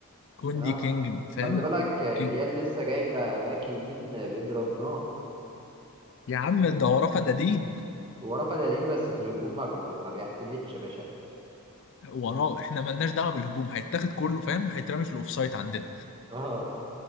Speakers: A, on the left; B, on the right.
A: كوندي
B: اه
A: كينج فاهم
B: خلي بالك الريال
A: كينج
B: لسه جايب باك يمين بيضرب نار
A: يا عم ده وراه فدادين
B: هو رفع ديالين بس في الهجوم ما بي... ما بيعتمدش يا باشا
A: وراه احنا ملناش دعوه بالهجوم هيتاخد كله فاهم هيترمي في الاوفسايد عندنا
B: اه